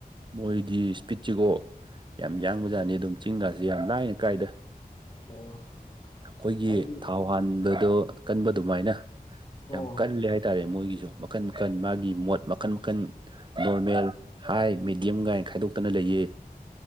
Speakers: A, on the right; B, on the left.
A: ꯃꯣꯏꯗꯤ ꯏꯁꯄꯤꯠꯁꯤꯀꯣ ꯌꯥꯝ ꯌꯥꯡꯕ ꯖꯥꯠꯅꯤ ꯑꯗꯨꯝ ꯆꯤꯡꯒꯁ‌ꯦ ꯌꯥꯝ ꯂꯥꯏꯅ ꯀꯥꯏꯗ
B: ꯑꯣ
A: ꯑꯩꯈꯣꯏꯒꯤ
B: ꯑꯩꯒꯤ
A: ꯊꯥꯎ ꯍꯥꯟꯕꯗꯣ ꯀꯟꯕ ꯑꯗꯨꯃꯥꯏꯅ
B: ꯑꯣ
A: ꯌꯥꯝ ꯀꯜꯂꯦ ꯍꯥꯏꯇꯥꯔꯦ ꯃꯣꯏꯒꯤ ꯃꯈꯟ ꯃꯈꯜ ꯃꯥꯒꯤ ꯃꯣꯠ ꯃꯈꯟ ꯃꯈꯟ ꯅꯣꯔꯃꯦꯜ ꯍꯥꯏ ꯃꯦꯗꯤꯌꯝꯒꯥꯏꯅ ꯈꯥꯏꯗꯣꯛꯇꯅ ꯂꯩ ꯑꯈ‌ꯣꯏꯒꯤ